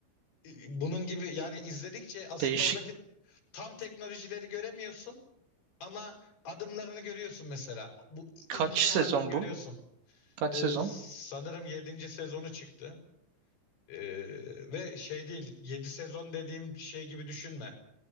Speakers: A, on the left; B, on the right.
A: E, Bunun gibi yani izledikçe aslında
B: Değişik
A: oradaki tam teknolojileri göremiyorsun. Ama adımlarını görüyorsun mesela. Bu
B: kaç
A: ilkel
B: sezon
A: halini görüyorsun.
B: bu? Kaç
A: Ee,
B: sezon?
A: sanırım yedinci sezonu çıktı. Ee, ve şey değil 7 sezon dediğim şey gibi düşünme.